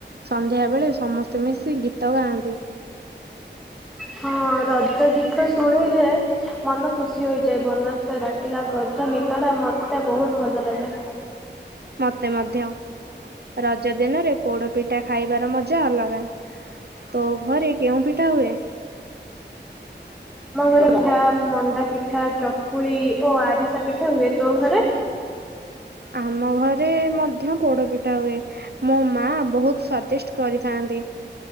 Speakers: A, on the right (about 60°); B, in the centre.
A: ସନ୍ଧ୍ୟା ବେଳେ ସମସ୍ତେ ମିଶି ଗୀତ ଗାଆନ୍ତି।
B: ହଁ ରଜ ଗୀତ ଶୁଣି <unintelligible> ମନ ଖୁସି ହୋଇଯାଏ ବନସ୍ତେ ଡାକିଲା ଗଜ ଗୀତ ଟା ମତେ ବହୁତ୍ ଭଲ ଲାଗେ।
A: ମତେ ମଧ୍ୟ ରଜ ଦିନରେ ପୋଡ଼ ପିଠା ଖାଇବାର ମଜା ଅଲଗା। ତୋ ଘରେ କେଉଁ ପିଠା ହୁଏ?
B: ଆମ ଘରେ ପିଠା ମଣ୍ଡା ପିଠା, ଚକୁଳି ଓ ଆରିସା ପିଠା ହୁଏ। ତୋ ଘରେ?
A: ଆମ ଘରେ ମଧ୍ୟ ପୋଡ଼ପିଠା ହୁଏ। ମୋ ମା ବହୁତ୍ ସ୍ଵାଦିଷ୍ଟ୍ କରିଥାନ୍ତି।